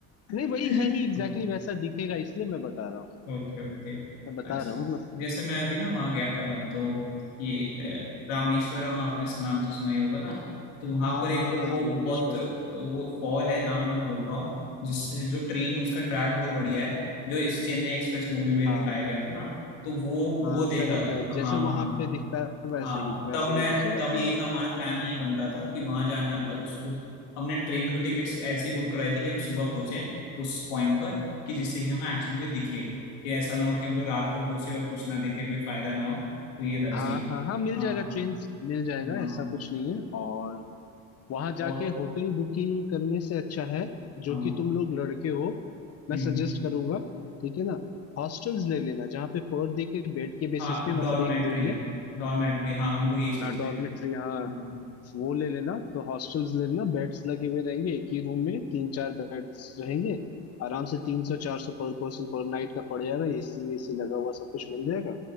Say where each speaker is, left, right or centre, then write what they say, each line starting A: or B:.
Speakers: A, on the left (about 85°); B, on the left (about 40°).
A: दिया
B: नहीं वही है
A: <laughs>
B: ही एग्जैक्टली exactly वैसा दिखेगा इसलिए मैं बता रहा हूँ
A: Okay okay
B: मैं बता
A: अच्छा
B: रहा हूँ ना
A: जैसे मैं अभी ना वहाँ गया था तो ये अ, रामेश्वरम आपने सु- नाम तो सुना ही होगा ना तो वहाँ
B: हाँ
A: पर
B: हाँ
A: एक वो
B: हाँ
A: बहुत
B: रामेश्वर
A: वो फॉल है नाम मैं भूल रहा हूँ जिस जो ट्रेन उसका ट्रैक बहुत
B: हम्म,
A: बढ़िया है जो इस चेन्नई एक्सप्रेस मूवी में
B: हाँ
A: दिखाया गया था ना तो वो
B: हाँ
A: वो देखा
B: करेक्ट करेक्ट जैसे
A: हाँ
B: वहां
A: हाँ हाँ
B: पे दिखता है वैसे
A: हाँ
B: ही वैसे
A: तब मैं
B: ही दिखेगा
A: तब
B: तुम्हें
A: यही
B: वो
A: था हमारा प्लान यही बन रहा था कि वहां जाना मतलब उस उस- हमने ट्रेन को टिकट्स ऐसी बुक करवाई थी कि हम सुबह पहुंचे उस पॉइंट पर कि जिससे कि हमें एक्चुअली में दिखे कि ऐसा ना हो कि हम लोग रात को पहुंचे और कुछ ना दिखे कोई फायदा ना हो तो ये था
B: हाँ
A: सीन
B: हाँ हाँ मिल
A: हाँ
B: जाएगा ट्रेन मिल जाएगा
A: हाँ
B: ऐसा कुछ नहीं है और वहां जाके
A: और
B: होटल बुकिंग करने से अच्छा है जो
A: हाँ हम्म,
B: कि तुम लोग लड़के हो मैं
A: हम्म,
B: सजेस्ट करूंगा ठीक है ना हॉस्टल्स ले लेना जहाँ पे पर डे के बेड के बेसिस
A: हाँ
B: पे मतलब
A: डॉर्मेट्री
B: एक रूम में
A: डॉर्मेट्री हाँ हम लोग यही सोचते
B: हाँ डॉर्मेट्री
A: हैं
B: हाँ
A: हाँ
B: वो ले लेना तो हॉस्टल्स ले लेना बेड्स लगे हुए रहेंगे एक ही रूम में तीन चार बेड्स रहेंगे आराम से तीन सौ चार सौ पर पर्सन पर नाइट का पड़ जाएगा एसी वेसी लगा हुआ सब कुछ मिल जाएगा